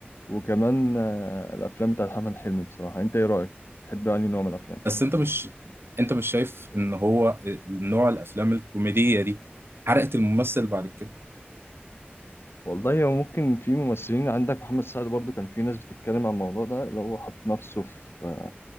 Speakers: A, on the left; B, on the right.
A: وكمان آه، الافلام بتاعت محمد حلمي بصراحه انت ايه رايك تحب يعني نوع من الافلام
B: بس انت مش انت مش شايف ان هو نوع الافلام الكوميديه دي حرقت الممثل بعد كده؟
A: والله هو ممكن في ممثلين عندك محمد سعد برضو كان في ناس بتتكلم عن الموضوع ده اللي هو حط نفسه في